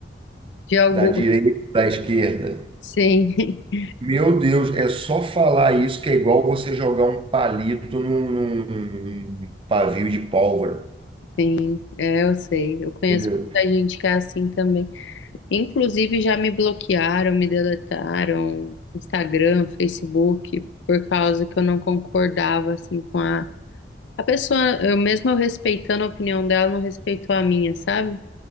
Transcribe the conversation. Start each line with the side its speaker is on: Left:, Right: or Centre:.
Left: de algum,
Right: da direita, da esquerda.
Left: sim, <laughs>
Right: Meu Deus, é só falar isso que é igual você jogar um palito num, num- pavio de pólvora.
Left: sim, é, eu sei, eu conheço
Right: entendeu?
Left: muita gente que é assim também. Inclusive já me bloquearam, me deletaram, Instagram, Facebook, por causa que eu não concordava assim com a A pessoa, eu mesmo eu respeitando a opinião dela, não respeitou a minha, sabe?